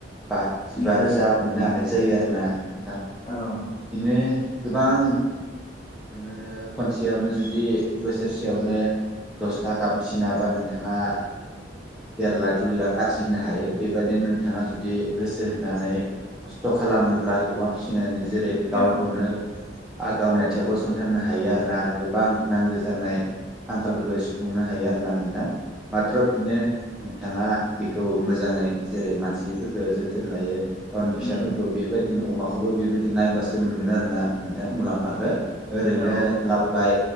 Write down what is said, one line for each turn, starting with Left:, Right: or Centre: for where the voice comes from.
Centre: बा जिबा
Left: उम
Centre: रोजा मोननो हानाय जायो आरोना नोंथां
Left: औ
Centre: बिदिनो गोबां नोङो खनसेयावनो जुदि बोसोरसेयावनो दसथा गाहाम फिसिनो हाबा नोंथाङा देर लाख दुइ लाख आरजिनो हायो बेबायदिनो नोंथाङा जुदि गोसो होनानै खस्थ' खालामोब्ला अमा फिसिनानै जेरै गावखौनो
Left: औ
Centre: गावनि आथिंआव गसंथानो हायो आरोना आरो गोबां आं नांगौ जानाय आंखालफोरखौ सुफुंनो हायो आरोना नों दा माथ्र बेनो नोंथाङा बेखौ मोजाङै जेरै मानसिफोरफोरखो जोथोन लायो गावनि फिसाफोरखौ
Left: उम
Centre: बेबायदिनो अमाखौबो बेबायदि नायबासो मोनगोन आरो ना नोंथां मुलाम्फाखो ओरैनो
Left: औ
Centre: लाबोबाय